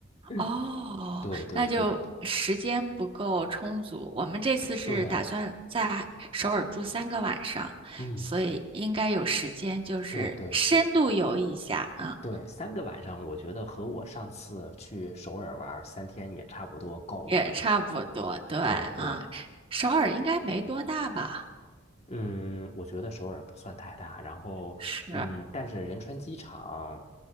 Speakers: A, on the left; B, on the right.
A: 嗯
B: 哦，
A: 对对对
B: 那就时间不够充足。我们这次是打算在首尔住三个晚上，
A: 对，嗯，
B: 所以应该有时间，就是深度游一下啊，
A: 对对对对，三个晚上，我觉得和我上次去首尔玩儿三天也差不多够了。
B: 也差不多。对啊，
A: 对对，
B: 首尔应该没多大吧？
A: 嗯，我觉得首尔不算太大，然后嗯，
B: 是
A: 但是仁川机场